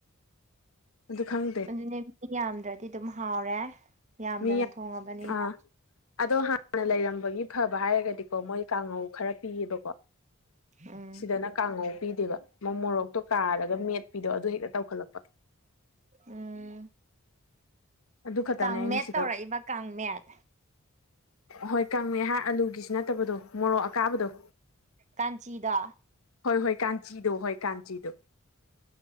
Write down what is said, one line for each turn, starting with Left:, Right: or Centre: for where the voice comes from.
Left: ꯑꯗꯨ ꯈꯪ
Right: ꯑꯗꯨꯅꯦ ꯃꯤ ꯌꯥꯝꯗ꯭ꯔꯗꯤ ꯑꯗꯨꯝ ꯍꯥꯎꯔꯦ ꯌꯥꯝꯗꯅ
Left: ꯃꯤ
Right: ꯊꯣꯡꯉꯕꯅꯤꯅ
Left: ꯑꯥ ꯑꯗꯣ ꯍꯥꯟꯅ ꯂꯩꯔꯝꯕꯒꯤ ꯐꯕ ꯍꯥꯏꯔꯒꯗꯤ ꯀꯣ ꯃꯣꯏ ꯀꯥꯡꯉꯧ ꯈꯔ ꯄꯤꯌꯦꯕꯀꯣ
Right: ꯎꯝ
Left: ꯁꯤꯗꯅ ꯀꯥꯡꯉꯧ ꯄꯤꯗꯦꯕ ꯃ ꯃꯣꯔꯣꯛꯇꯣ ꯀꯥꯔꯒ ꯃꯦꯠꯄꯤꯗꯣ ꯑꯗꯨ ꯍꯦꯛꯇ ꯇꯧꯈꯠꯂꯛꯄ
Right: ꯎꯝ
Left: ꯑꯗꯨ ꯈꯛꯇꯅꯦ
Right: ꯀꯥꯡꯃꯦꯠ
Left: ꯑꯩꯅ ꯁꯤꯗ
Right: ꯇꯧꯔꯛꯏꯕ ꯀꯥꯡꯃꯦꯠ
Left: ꯍꯣꯏ ꯀꯥꯡꯃꯦꯠ ꯍꯥꯏꯔ ꯑꯂꯨꯒꯤꯁꯨ ꯅꯠꯇꯕꯗꯣ ꯃꯣꯔꯣꯛ ꯑꯀꯥꯕꯗꯣ
Right: ꯀꯥꯟꯆꯤꯗꯣ
Left: ꯍꯣꯏ ꯍꯣꯏ ꯀꯥꯟꯆꯤꯗꯣ ꯍꯣꯏ ꯀꯥꯟꯆꯤꯗꯣ